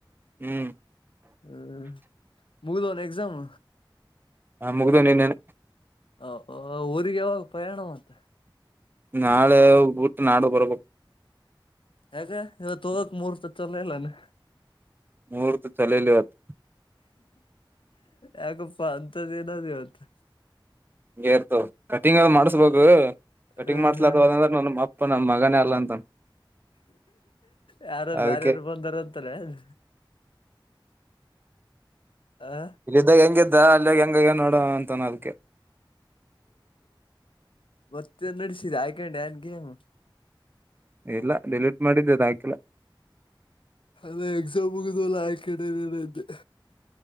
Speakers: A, on the right; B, on the left.
A: ಹ್ಮ.
B: ಹ್ಮ ಮೂಗದು ಅನ ಎಕ್ಸಾಮ್.
A: ಹ ಮುಗ್ದ ನಿನ್ನೆನ
B: ಅ ಅ ಊರಿಗ ಯಾವಾಗ ಪಯಾಣ ಮತ್ತ
A: ನಾಳೆ ಊತ್ ನಾಡುದ್ ಬರ್ಬಾಕು.
B: ಯಾಕೆ ಇವತ್ ಹೋಗಕ್ ಮೂರ್ತ ಇತ್ತಲೆನ್ ನಾನು.
A: ಮೂರ್ತ ಚಲೆಲೆಯಾಪ್.
B: ಯಾಕಪ್ಪ ಅಂತದ್ ಏನಾತಿವತ್.
A: ಹೇರ್ತ ಕಟಿಂಗರ ಮಾಡ್ಸ್ಬೇಕು ಕಟಿಂಗ್
B: ಹ್ಮ್
A: ಮಾಡ್ಸ್ಲ
B: ಹ್ಮ್
A: ನನ್ಮಪ್ಪ ನನ್ ಮಗನೆ ಅಲ್ಲಂತನ.
B: ಯಾರೋ ಬ್ಯಾರ್ಯರ್
A: ಅದಕ್ಕೆ
B: ಬಂದಾರಂತಾಲೆನ್. ಹಾ.
A: ಇಲ್ ಇದ್ದಾಗೆಂಗಿದ್ದ ಅಲ್ಲೋಗ್ ಹೆಂಗಗೆನ್ ನೋಡವ ಅಂತನ್ ಅದ್ಕ್ಕೆ.
B: ಮತ್ತೆನ್ ನಡ್ಸಿದೆ ಅಕೆಂಡ್ಯಾ ಗೇಮ್.
A: ಇಲ್ಲ ಡಿಲೀಟ್ ಮಾಡಿದ್ದೆ ಅದ್ ಹಾಕಿಲ್ಲ.
B: ಅದು ಎಕ್ಸಾಮ್ ಮುಗ್ದಿಲ್ಲ ಅಕೆಂಡೆಡನಿದೆ.